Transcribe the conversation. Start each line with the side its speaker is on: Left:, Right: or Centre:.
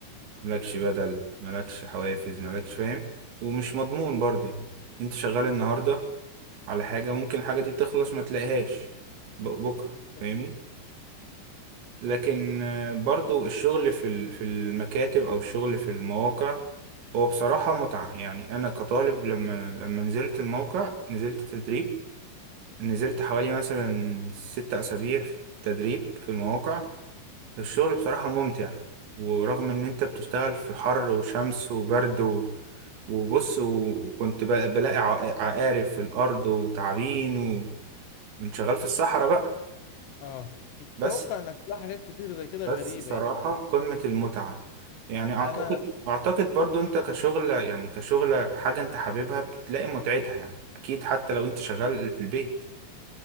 Right: مالكش بدل
Left: <laughs>
Right: مالكش حوافز مالكش فاهم ومش مضمون برضه يعني انت شغال النهاردة على حاجة ممكن الحاجة دي تخلص ما تلاقيهاش ب- بكرة
Left: بالظبط.
Right: فاهمني لكن آه، برضو الشغل في ال- في المكاتب او الشغل في المواقع هو بصراحة متعة يعني انا كطالب لما لما نزلت الموقع نزلت تدريب نزلت حوالي مثلا ست اسابيع في تدريب في المواقع الشغل بصراحة ممتع ورغم ان انت بتشتغل في حر وشمس وبرد و... وبص وكنت بقى بلاقي عقا- عقارب في الارض وتعابين وكنت شغال في الصحراء بقى
Left: اه اتوقع
Right: بس
Left: انك تلاقي حاجات كتير زي كده
Right: بس
Left: غريبه
Right: صراحة
Left: يعني
Right: قمة المتعة يعني أعتقد
Left: انا
Right: أعتقد برضو أنت كشغل يعني كشغل حاجة أنت حاببها بتلاقي متعتها يعني أكيد حتى لو أنت شغال في البيت